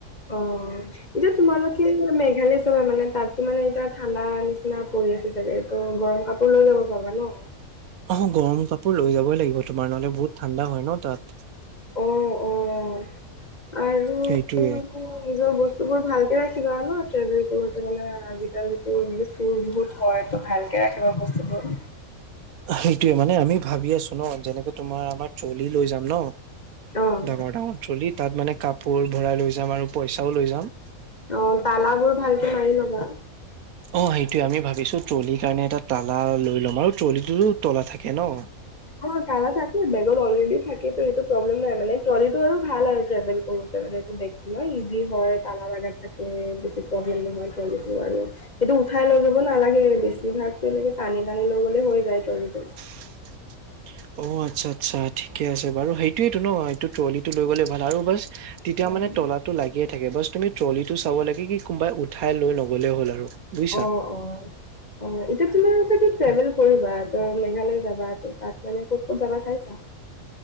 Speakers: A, on the left; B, on the right.
A: অ'হ। এতিয়া তোমালোকে মানে মেঘালয় নহয় মানে তাতটো মানে এতিয়া ঠাণ্ডা নিচিনা পৰি আছে ছাগে। ত' গৰমকাপোৰ লৈ যাব পাবা ন।
B: অ', গৰম কাপোৰ লৈ যাবই লাগিব তোমাৰ নহ'লে বহুত ঠাণ্ডা হয় ন' তাত।
A: অ', অ'। আৰু,
B: সেইটোয়ে
A: নিজৰ বস্তুবোৰ ভালকে ৰাখিবা ট্ৰেভেল আজিকালিতো চুৰ বহুত হয়, ত' ভালকে ৰাখিবা বস্তুবোৰ
B: সেইটোয়ে মানে আমি ভাবি আছোঁ ন। যেনেকে তোমাৰ আমাৰ ট্ৰলী লৈ যাম ন,
A: অ',
B: ডাঙৰ- ডাঙৰ ট্ৰলী তাত মানে কাপ কাপোৰ ভৰাই লৈ যাম আৰু পইচাও লৈ যাম।
A: অ', তালাবোৰ ভালকে মাৰি ল'বা।
B: অ সেইটোয়ে আমি ভাবিছোঁ ট্ৰলিৰ কাৰণে এটা তালা লৈ লম। আৰু ট্ৰলিটোতো তলা থাকে ন?
A: অ', তালা থাকে বেগত অলৰেডি থাকে ত' সেইটো প্ৰব্লেম নাই মানে ট্ৰলিটো আৰু ভাল আৰু ট্ৰেভেল কৰোঁ। তে বেগটো ইজি হয়, তালা লগা থাকে। বেছি প্ৰব্লেম নহয় ট্ৰলীটো আৰু এইটো উঠাই লৈ যাব নালাগে। বেছিভাগটো এনেকে টানি- টানি লৈ গ'লে হৈ যায় ট্ৰলীটো
B: <inaudible> অ আচ্ছা। আচ্ছা। ঠিকে আছে বাৰু। সেইটোৱেইতো ন এইটো ট্ৰলীটো লৈ গ'লে ভাল আৰু বাচ তেতিয়া
A: উম।
B: মানে তলাটো লাগিয়ে থাক থাকে বাছ তুমি ট্ৰলিটো চাব লাগে কি কোনোবাই উঠাই লৈ নগ'লে হ'ল আৰু। বুজিছা।
A: অ' অ' অ'এতিয়া তোমাৰ তাতে ট্ৰেভেল কৰিবা। ত' মেঘালয় যাবা ত' তাত মানে ক'ত ক'ত যাবা চাইছা?